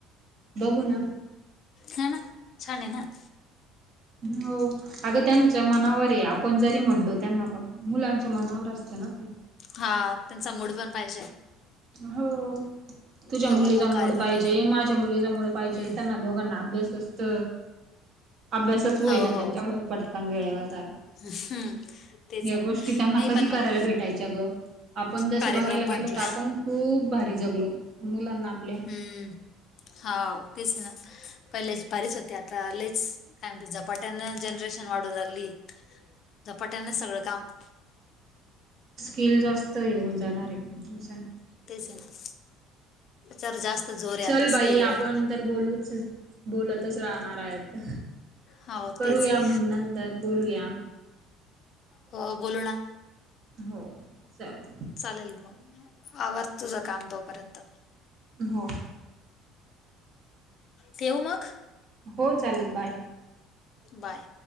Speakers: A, on the right; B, on the left.
A: बघू ना.
B: हाय ना! छान आहे ना?
A: हो! अगं त्यांच्या मनावर आहे. आपण जरी म्हटलो त्यांना, मुलांच्या मनावर असतं ना ते
B: हा! त्यांचा मूड पण पाहिजे.
A: हो! तुझ्या
B: तेव्हा
A: मुलीचा
B: आपण कार्यक्रम
A: मूड पाहिजे,
B: भेटू
A: माझ्या मुलीचा मूड
B: हम्म
A: पाहिजे, त्यांना दोघांना अभ्यास असत. अभ्यासच होय
B: हो
A: ना, त्यांच्याकडून
B: हो
A: पटकन वेळेवर तर
B: हम्म तेच
A: या
B: आहे ना
A: गोष्टी त्यांना
B: नाही
A: कधी
B: पण मग
A: करायला भेटायच्या गं? आपण तसं
B: कार्यक्रम
A: बघायला
B: म्हटला
A: गेलो तर आपण खूप भारी जगलो, मुलांना आपल्या
B: हम्म! हाव तेच ना, पहिलेच भारीच होते. आता लयच काय म्हणते, झपाट्यान जनरेशन वाढू लागली. झपाट्यानच सगळं काम <inaudible>
A: स्किल जास्त येऊन जाणार आहे.
B: तेच ना! जरा जास्त जोर आहे
A: चल
B: आता
A: बाई
B: स्किलवर.
A: आपण तर बोलूच, बोलतच राहणार आहेत.
B: हो
A: करू
B: तेच
A: या
B: आहे
A: मग नं तर बोलूया.
B: हो, बोलू ना!
A: हो, चालेल!
B: चालेल मग, आवर तुझं काम तोपर्यंत
A: हो!
B: ठेवू मग?
A: हो चालेल बाय!
B: बाय!